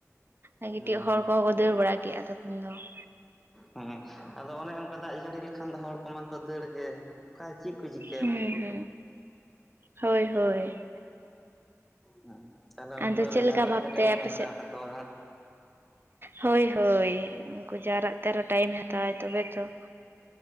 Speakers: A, on the right; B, in the centre.
A: ᱟᱨ ᱠᱟᱹᱴᱤᱡ
B: ᱟᱪᱪᱷᱟ
A: ᱦᱚᱲ ᱠᱚᱦᱚᱸ ᱠᱚ ᱫᱟᱹᱲ ᱵᱟᱲᱟ ᱠᱮᱜᱼᱟ ᱛᱚᱠᱷᱚᱱ ᱫᱚ ᱾
B: ᱦᱮᱸ ᱟᱫᱚ ᱚᱱᱮ ᱚᱱᱠᱟ ᱫᱟᱜ ᱡᱟᱹᱲᱤ ᱞᱮᱠᱷᱟᱱ ᱫᱚ ᱦᱚᱲ ᱠᱚᱢᱟᱠᱚ ᱫᱟᱹᱲ ᱜᱮ, ᱚᱠᱟ ᱪᱮᱫ ᱠᱚ ᱪᱤᱠᱼᱼ
A: ᱦᱩᱸ ᱦᱩᱸ ᱦᱚᱭ ᱦᱚᱭ ᱾
B: ᱦᱩᱸ ᱛᱟᱦᱞᱮ ᱩᱱᱠᱩ
A: ᱟᱫᱚ
B: ᱟᱨᱚ
A: ᱪᱮᱫ
B: ᱡᱟᱣᱨᱟᱜ
A: ᱞᱮᱠᱟ ᱵᱷᱟᱵᱛᱮ
B: ᱛᱮ ᱴᱟᱭᱤᱢᱮ
A: ᱟᱯᱮᱥᱮᱫ
B: ᱦᱟᱛᱟᱣ ᱛᱟᱠᱚᱣᱟ ᱦᱟᱸᱜ ᱾
A: ᱦᱳᱭ ᱦᱳᱭ ᱩᱱᱠᱩ ᱡᱟᱣᱨᱟᱜ ᱛᱮ ᱟᱨᱦᱚ ᱴᱟᱭᱤᱢᱮ ᱦᱟᱛᱟᱣᱟ ᱛᱚᱵᱮ ᱛᱚ ᱾